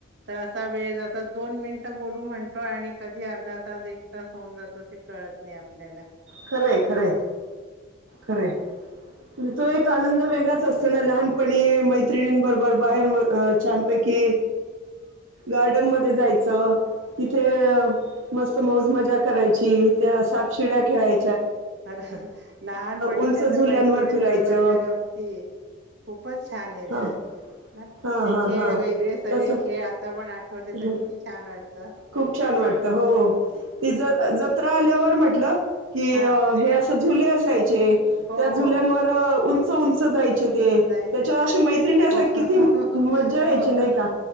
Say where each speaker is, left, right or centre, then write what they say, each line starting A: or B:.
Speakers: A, on the right; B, on the right.
A: त असा वेळ जातं, दोन मिनिटं बोलू म्हणतो आणि कधी अर्धा तास एक तास होऊन जातो ते कळत नाही आपल्याला
B: खरंय खरंय खरंय म तो एक आनंद वेगळाच अस तो ना लहानपणी मैत्रिणींबरोबर बाहेर म अ छानपैकी गार्डनमध्ये जायचं तिथे अ मस्त मौज मजा करायची त्या सापशिड्या खेळाय
A: खर लहानपणीच्या
B: उंच झुल्यांवर
A: तर मैत्रिणीनं
B: फिरायचं.
A: बरोबरच्या गंमती खुपचं छान आहेेत
B: हां,
A: अ ह. ना
B: हां,
A: ते
B: हां,
A: खेळ
B: हां.
A: वेगळे सगळे
B: तसं
A: खेळ आता पण आठवले तर
B: हं.
A: किती छान वाटतं.
B: खूप छान वाटतं हो तीज जत त्रा आल्यावर म्हटलं की
A: हा
B: हे असं झुले असायचे.
A: हो
B: त्या
A: हो
B: जुल्यांवर उंच उंच जाय ते
A: जायचे
B: त्याच्यावर अशी मैत्रिणी असल्यावर
A: हो हो
B: किती मज्जा
A: हो
B: यायची नाही का?